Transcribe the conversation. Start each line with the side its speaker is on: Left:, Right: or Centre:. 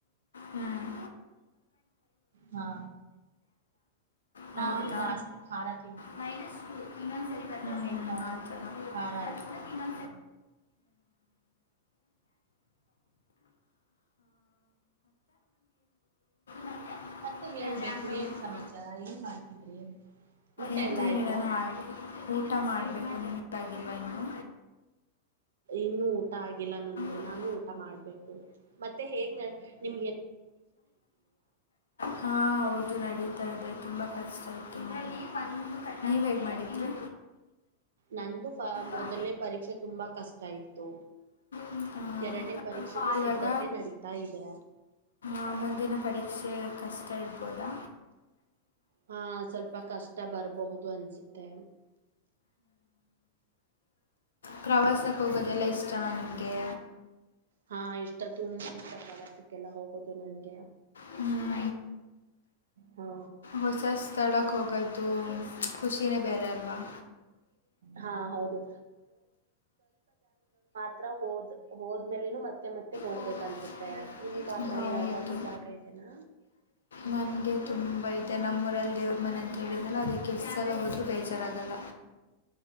Left: ಹ್ಮ್
Right: ಹಾ
Left: ಹೌದ
Right: ನಾವು ಜಾಸ್ತಿ ಖಾರ ತಿಂತೀವಿ
Left: ಹ್ಮ
Right: ಅಲ್ವಾ
Left: ಹ್ಮ
Right: ಅದಕ್ಕೆ ಸ್ವಲ್ಪ
Left: ಆ ತರಹ್ಮ
Right: ಖಾರ ಇಷ್ಟ
Left: ಹ್ಮ
Right: ಆಗತ್ತೆ
Left: ಮತ್ತೆ
Right: ಮತ್ತೆ ಹೇಳ್ಬೇಕು
Left: ಲ್ಯಾಂಬ್ಡ ಉಳಿಯುತ್ತೆ
Right: ಏನ್ ಸಮಾಚಾರ ಏನ್ ಮಾಡ್ತಿದ್ರಿ ಊಟ
Left: ಇದ್ದೀನಿ
Right: ಎಲ್ಲ ಆಯ್ತಾ
Left: ನಾನು ಹಾಗೆ ಊಟ ಮಾಡಬೇಕು ನಿಮಗಾಗಿಲ್ವಾ ಇನ್ನುೂ
Right: ಇನ್ನುೂ ಊಟ ಆಗಿಲ್ಲ ನಂದು
Left: ಹೋಗಿ
Right: ನಾನು ಊಟ ಮಾಡ್ಬೇಕು ಮತ್ತೆ ಹೇಗ್ ನಿಮ
Left: ಹಾ ಹೌದು ನಡಿ ತ ಇದೆ ತುಂಬಾ ಕಷ್ಟ ಇತ್ತು ನೋ ನೀವ್ ಹೇಗ್ ಮಾಡಿದ್ರಿ
Right: ನಂದು ಮೊದಲನೇ
Left: ಹಾ.
Right: ಪರೀಕ್ಷೆ ತುಂಬಾ ಕಷ್ಟ ಇತ್ತು
Left: ಇದಕ್ಕೆ
Right: ಎರಡನೇ ಪರೀಕ್ಷೆಗೆ
Left: ಒಂದು ಪಾಲು
Right: ಸಿದ್ಧತೆ
Left: ಇವಾಗ?
Right: ನಡೀತಾ ಇದೆ
Left: ಆ, ಮುಂದಿನ ಪರೀಕ್ಷೆ ಕಷ್ಟ ಇಡ್ಬೋದಾ
Right: ಹಾ ಸ್ವಲ್ಪ ಕಷ್ಟ ಬರರ್ಬಹುದು ಅನ್ಸುತ್ತೆ
Left: ಪ್ರವಾಸಕ್ಕೆ ಹೋಗೋದೆಲ್ಲ ಇಷ್ಟನಾ ನಿಮಗೆ
Right: ಹಾ ಇಷ್ಟ ತುಂಬಾ ಇಷ್ಟ ಪ್ರವಾಸಕ್ಕೆಲ್ಲ ಹೋಗೋದು ನನ್ಗೆ
Left: ಹ್ಮ್
Right: ಹಾ
Left: ಹೊಸ ಸ್ಥಳಕ್ಕೆ ಹೋಗ್ದದು ಖುಷಿನೇ ಬೆೇರೇ ನ
Right: ಹಾ ಹೌದು ಹತ್ರ ಹೋದ್ ಹೋದ್ಮೇಲೆನು ಮತ್ತೆ ಮತ್ತೆ ಹೋಗ್ಬೇಕು
Left: ಕೋಇನ್ಸಿಡೆಂಟ್.
Right: ಅನ್ಸುತ್ತೆ ನಿಮ್ಗ ಆತರ
Left: ಹೌದು.
Right: ಯಾವ್ದಾದ್ರರು ಜಾಗ ಇತೆನಾ
Left: ನನಗೆ ತುಂಬ ಇದೆ ನಮ್ಮೂಊರಲ್ಲಿ ದೇವ್ರ ಮನೆ ಅಂತ ಹೇಳಿದನ ಅದಕ್ಕೆ ಸಲ ಹೋದರೂ ಬೇಜಾರಾಗಲ್ಲ